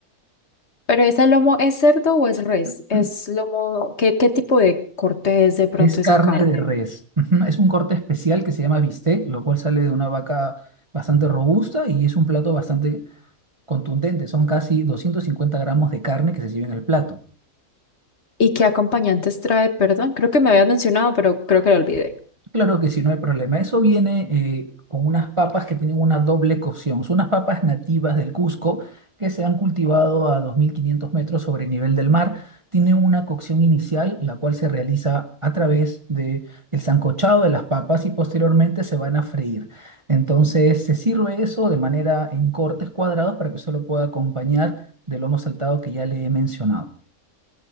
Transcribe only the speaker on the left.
¿Pero ese lomo es cerdo o es res?
¿Es lomo? ¿Qué, qué tipo de corte es de pronto
esa carne?
¿Y qué acompañantes trae? Perdón, creo que me habías mencionado, pero creo que lo olvidé.